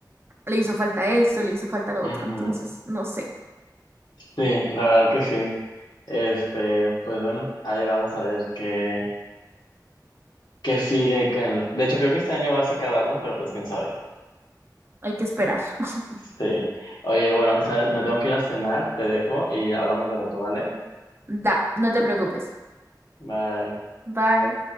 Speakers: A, on the right; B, on the left.
A: le hizo falta esto, le hizo falta lo
B: ujú.
A: otro, entonces, no sé,
B: Sí, la verdad que sí. Este, pues bueno, ahí vamos a ver qué, qué sigue. que de hecho, creo que este año va a sacar álbum, pero pues quién sabe.
A: hay que esperar. <laughs>
B: Sí. Oye, bueno, ¿sabes? Me tengo que ir a cenar, te dejo y hablamos de rato, ¿vale?
A: Da, no te preocupes.
B: Bye.
A: Bye.